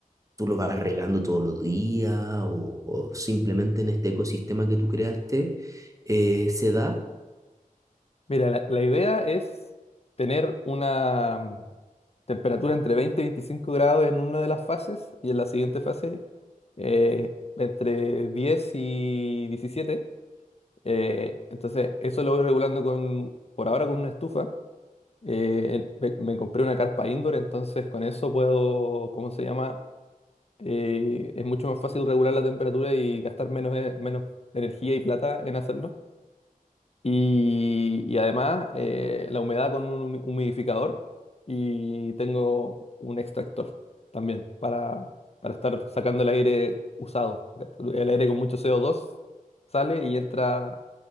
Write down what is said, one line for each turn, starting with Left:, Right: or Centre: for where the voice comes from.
Right: tú lo vas regando todos los días o, o simplemente en este ecosistema que tú creaste eh, se da.
Left: Mira, la, la idea es tener una mm, temperatura entre 20 y 25 grados en una de las fases y en la siguiente fase eh, entre 10 y 17. Eh, entonces, eso lo voy regulando con, por ahora con una estufa. Eh, en- me, me compré una carpa indoor, entonces con eso puedo, ¿cómo se llama? Eh, es mucho más fácil regular la temperatura y gastar menos, e- menos energía y plata en hacerlo. Y, y además eh, la humedad con un humi- humidificador y tengo un extractor también para, para estar sacando el aire usado. El aire con mucho CO2 sale y entra